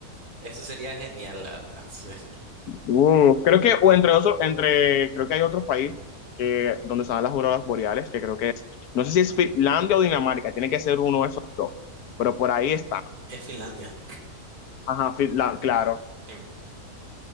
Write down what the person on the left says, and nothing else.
Mm, creo que, o entre otros, entre, creo que hay otro país que, donde están las auroras boreales, que creo que es, no sé si es Finlandia o Dinamarca, tiene que ser uno de esos dos, pero por ahí está.
Ajá, fi- la- claro.